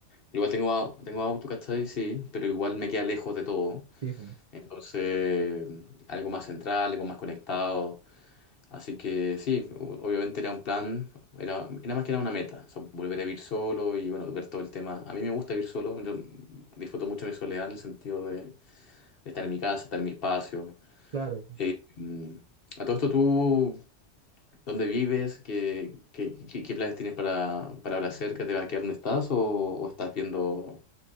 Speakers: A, on the left (about 50°); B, on the right (about 40°).
A: Igual tengo, au- tengo auto, ¿cachai? Sí, pero igual me queda lejos de todo.
B: Sí, pues,
A: Entonces, algo más central, algo más conectado. Así que sí, o- obviamente era un plan, era, era más que era una meta, o sea, volver a vivir solo y bueno, ver todo el tema. A mí me gusta vivir solo, yo disfruto mucho mi soledad en el sentido de, de estar en mi casa, estar en mi espacio.
B: claro.
A: Eh, mm, a todo esto, ¿tú dónde vives? ¿Qué, qué, qué- qué planes tienes para, para ahora cerca? ¿Te vas a quedar donde estás o, o estás viendo